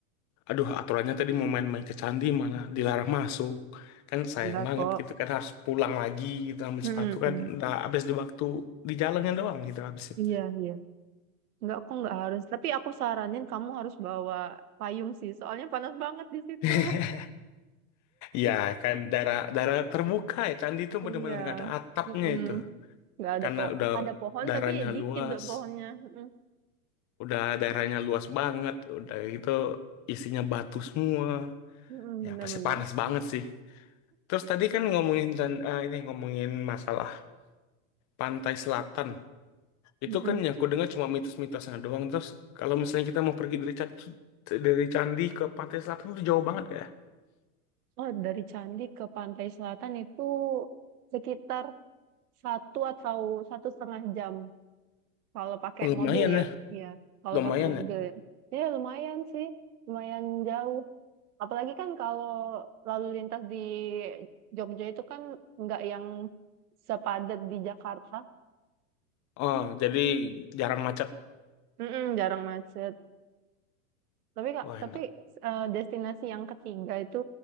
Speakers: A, on the left; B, on the right.
A: aduh aturannya tadi mau main-main ke candi malah dilarang masuk. Kan sayang
B: enggak
A: banget
B: kok.
A: gitu kan harus pulang lagi gitu ambil
B: Hmm,
A: sepatu
B: hmm.
A: kan udah habis di waktu di jalannya doang gitu habisnya.
B: Iya, iya. Enggak kok nggak harus. Tapi aku saranin kamu harus bawa payung sih. Soalnya panas banget di situ.
A: <laughs> Ya kan daerah daerah terbuka ya candi itu
B: Iya.
A: benar-benar nggak ada atapnya
B: Mm-mm.
A: itu.
B: Nggak ada
A: karena
B: po
A: udah
B: ada pohon
A: daerahnya
B: tapi dikit
A: luas,
B: do pohonnya. Mm-mm.
A: udah daerahnya luas banget, udah gitu isinya batu semua,
B: Mm-mm,
A: ya
B: Bener-bener.
A: pasti panas banget sih. Terus tadi kan ngomongin dan- ah, ini ngomongin masalah pantai selatan. Itu
B: Mm-mm.
A: kan yang aku dengar cuma mitos-mitosnya doang. Terus kalau misalnya kita mau pergi dari candi, dari candi ke pantai selatan itu jauh banget kayak.
B: Oh, dari Candi ke Pantai Selatan itu sekitar satu atau satu setengah jam kalau pakai
A: Oh, lumayan
B: mobil ya.
A: ya,
B: Iya, kalau
A: lumayan
B: pakai mobil
A: ya.
B: ya. Ya lumayan sih, lumayan jauh. Apalagi kan kalau lalu lintas di Jogja itu kan nggak yang sepadat di Jakarta.
A: Oh, jadi jarang macet.
B: Mm-mm, jarang macet. Tapi Kak,
A: Wah, enak.
B: tapi eh, destinasi yang ketiga itu